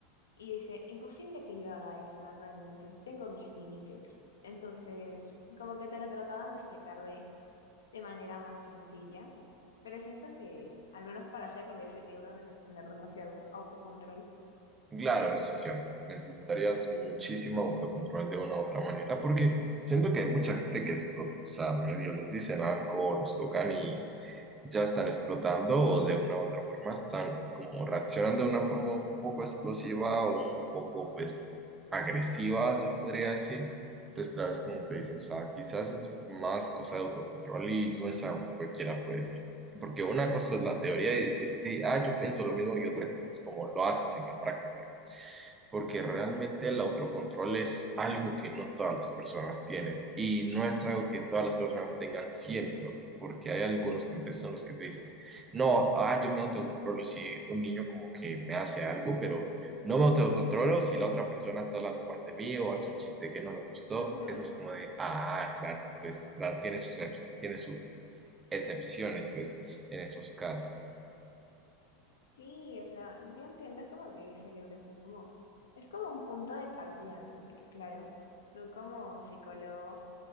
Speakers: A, on the left; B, on the right.
A: Y dice, imposible que yo haga eso, realmente tengo mis límites. Entonces, como que te lo trataban de explicar de, de manera más sencilla, pero siento que, al menos para hacer lo que dice el libro, debes tener demasiado autocontrol.
B: Claro, eso es cierto. Necesitarías muchísimo autocontrol de una u otra manera, porque siento que hay mucha gente que explota. O sea, medio les dicen algo, los tocan y ya están explotando, o de una u otra forma están como reaccionando de una forma un poco explosiva o un poco, pues, agresiva, se podría decir. Entonces, claro, es como tú dices, o sea, quizás es más cosa de autocontrol y no es algo que cualquiera puede decir. Porque una cosa es la teoría y decir, sí, ah, yo pienso lo mismo, y otra cosa es como lo haces en la práctica porque realmente
A: Ujú,
B: el autocontrol es algo que no todas las personas tienen y no es algo que todas las personas tengan siempre, porque hay algunos contextos en los que tú dices, no, ah, yo me autocontrolo si un niño como que me hace algo, pero no me autocontrolo si la otra persona está hablando mal de mí o hace un chiste que no me gustó,
A: ujú.
B: eso es como de, ah, claro, entonces, claro, tiene sus, ex- tiene sus excepciones, pues, en esos casos.
A: Sí, o sea, yo entiendo como que ese fue como, es como un punto de partida, ¿no? Porque claro, tú como psicólogo,